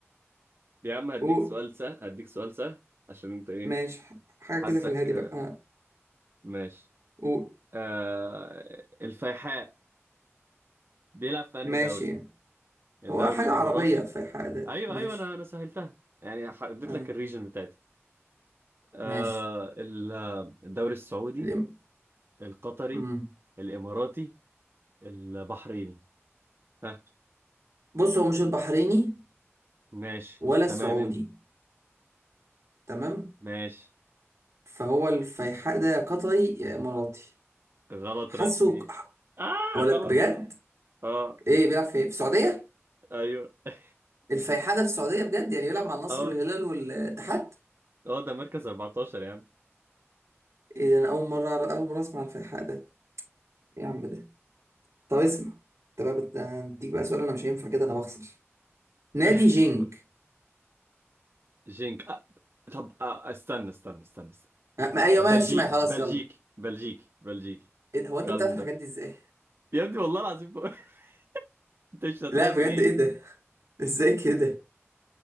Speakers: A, on the right; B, on the right.
A: يا عم هديك
B: قول
A: سؤال سهل هديك سؤال سهل عشان انت ايه
B: ماشي ح- حاجه
A: حاسك
B: كده في الهادي
A: آه،
B: بقى اه
A: ماشي
B: قول
A: آه... الفيحاء بيلعب في انهي
B: ماشي
A: دوري
B: يعني
A: الدوري
B: هو حاجه
A: الاماراتي
B: عربيه في حاجه
A: ايوه
B: ماشي
A: ايوه انا انا سهلتها يعني ح- اديت
B: اه
A: لك الريجن بتاعتي آه
B: ماشي
A: ال- آه، الدوري السعودي
B: الام-
A: القطري
B: مم.
A: الاماراتي البحريني ها
B: بص هو مش البحريني
A: ماشي
B: ولا
A: تمام
B: السعودي
A: انت
B: تمام
A: ماشي
B: فهو الفيحاء ده يا قطري يا اماراتي
A: غلط
B: حاسه
A: رسمي
B: ك-
A: اه
B: ولا
A: غلط
B: بجد
A: غلط اه
B: ايه بيلعب في إيه؟ في السعوديه
A: ايوه <laughs>
B: الفيحاء ده في السعوديه بجد يعني بيلعب مع النصر
A: اه
B: والهلال والاتحاد
A: اه ده مركز 14 يا عم
B: ايه ده انا اول مره أعرف- اول مره اسمع الفيحاء ده ايه يا عم ده طب اسمع انت بقى بت- هديك بقى سؤال انا مش هينفع كده انا بخسر نادي
A: <laughs> ماشي
B: جينك
A: جينك آه. طب آه. استنى استنى استنى, استنى.
B: ما ما- ايوه
A: بلجيكي
B: ماشي ما خلاص
A: بلجيكي
B: يلا
A: بلجيكي بلجيكي
B: ايه ده هو انت
A: كالم
B: بتعرف الحاجات
A: ده
B: دي ازاي
A: يا ابني والله العظيم <laughs> انت مش صدقني
B: لا بجد
A: ليه
B: ايه ده ازاي كده